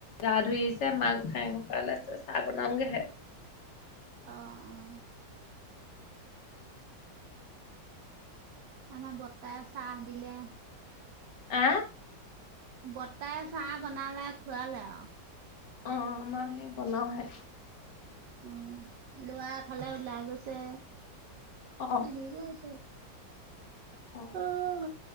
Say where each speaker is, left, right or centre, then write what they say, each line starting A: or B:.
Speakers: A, on the left; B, on the right.
A: গা ধুইছে, মা গোসাঁই ঘৰৰ পা ওলাইছে। চা বনাওগেহে।
B: অ', অ'। আমা বত্তাই চাহ দিলে।
A: আ
B: বতাই চাহ বনালে খুৱালে আও।
A: অ', আমা সেই বনাওহে।
B: উম, ল'ৱা এফালে ওলাই গৈছে।
A: অ
B: আহিব‌ এতিয়া।
A: অ
B: অহ!